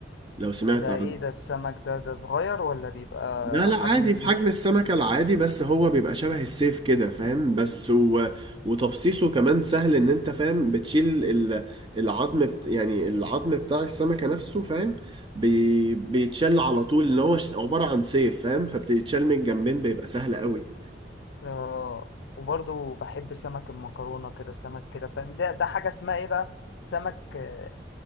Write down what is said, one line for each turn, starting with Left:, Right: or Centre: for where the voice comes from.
Right: لو سمعت
Left: ده
Right: عنه
Left: ايه ده السمك ده ده صغير ولا بيبقى
Right: لا لا
Left: حجمه
Right: عادي في
Left: كبير
Right: حجم السمكة العادي بس هو بيبقى شبه السيف كده فاهم بس و... وتفصيصه كمان سهل ان انت فاهم بتشيل ال... العظم بت... يعني العظم بتاع السمكة نفسه فاهم بي... بيتشال على طول ان هو ش- عبارة عن سيف فاهم فبتتشال من الجنبين بيبقى سهل قوي
Left: آه وبرضو بحب سمك المكرونة كده سمك كده فاهم ده ده حاجة اسمها ايه بقى سمك آه،